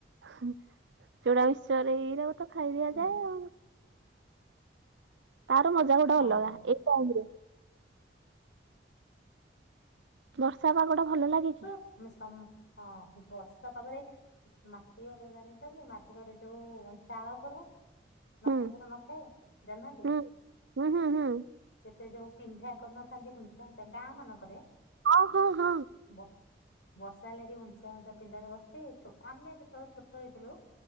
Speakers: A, on the right; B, on the left.
A: ହୁଁ ଚୁଡା ମିଶଚର୍ ରେ ଏଇରାକୁ ତ ଖାଇ ଦିଆଯାଏ
B: ହୁଁ
A: ଆଉ। ତାର ମଜା ଗୋଟେ
B: ହଁ
A: ଅଲଗା ଏ ଟାଇମରେ। ବର୍ଷା ପାଗଟା ଭଲ ଲାଗେ କି?
B: ଆମେ ସମ ହଁ ଏ ବର୍ଷା ପାଗରେ ମାଟି ଘରେ ଜାଣିଛନ୍ତି ମାଟି ଘରେ ଯୋଉ ଚାଳ ଘର ମାଟି
A: ହୁଁ
B: ଘର ନଥାଏ ଜାଣିନାହାନ୍ତି।
A: ହୁଁ ହୁଁ ହୁଁ ହୁଁ
B: ସେତେ ଯୋଉ ପିଣ୍ଡା କରିନଥାନ୍ତି <unintelligible> ଗାଁ ମାନଙ୍କରେ
A: ଆଉ ଙ୍ଘ ଙ୍ଘ
B: ବ ବର୍ଷା ହେଲେ ହି ଉଞ୍ଚା ଉଞ୍ଚା ପିଣ୍ଡାରେ ବସିଥିବେ ଚୋ ଆମେ ଯେତେବେଳେ ଛୋଟ ହେଇଥିଲୁ